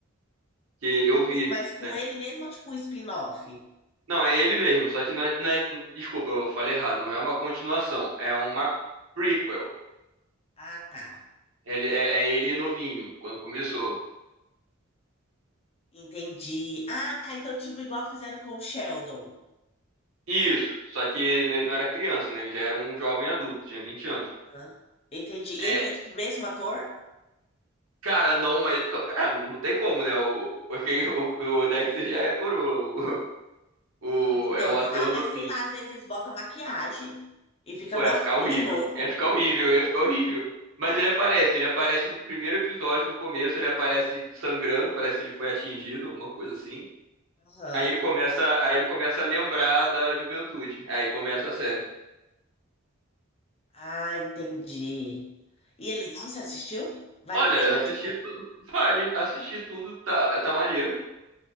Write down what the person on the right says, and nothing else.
que eu
vi,
né?
Não, é ele mesmo, só que não é, não é- Desculpa, eu falei errado. Não é uma continuação, é uma prequel.
Ele, é, é ele novinho, quando começou.
Isso, só que ele, ele não era criança, né? Ele já era um jovem adulto, tinha 20 anos.
É,
cara, não, mas. Cara, não tem como, né? O, <laughs> porque o, o Dexter já é coroa. O,
o- é um ator
novinho.
Pô,
ia ficar horrível,
ia ficar horrível, ia ficar horrível. Mas ele aparece, ele aparece no primeiro episódio, no começo, ele aparece sangrando, parece que ele foi atingido, alguma coisa assim.
Aí ele começa, aí ele começa a lembrar da juventude. Aí começa a série.
Olha,
eu assisti
tudo, <laughs> vale, assisti tudo, tá, tá maneiro.